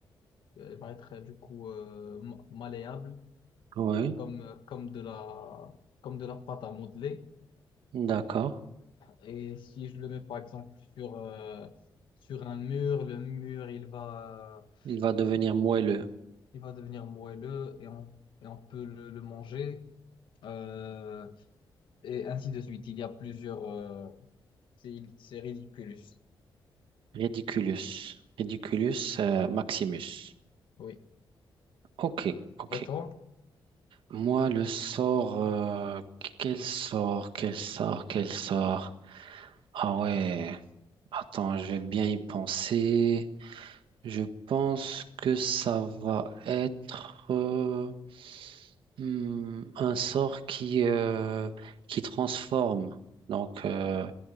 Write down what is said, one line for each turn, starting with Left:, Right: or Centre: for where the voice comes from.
Left: Elle va être euh, du coup euh, ma- malléable
Right: ouais,
Left: comme, euh, comme de la, comme de la pâte à modeler.
Right: d'accord.
Left: Et si je le mets par exemple sur, euh, sur un mur, le mur il va,
Right: Il va devenir
Left: il,
Right: moelleux.
Left: il va devenir moelleux et on, et on peut le, le manger. Euh, et ainsi de suite. Il y a plusieurs. euh, c'est c'est ridiculous.
Right: Ridiculus. Ridiculus, euh, Maximus.
Left: Oui.
Right: Ok, ok.
Left: Et toi?
Right: Moi, le sort, euh, quel sort, quel sort, quel sort. Ah ouais, attends, je vais bien y penser. Je pense que ça va être euh, hmm, un sort qui, euh, qui transforme. Donc, euh,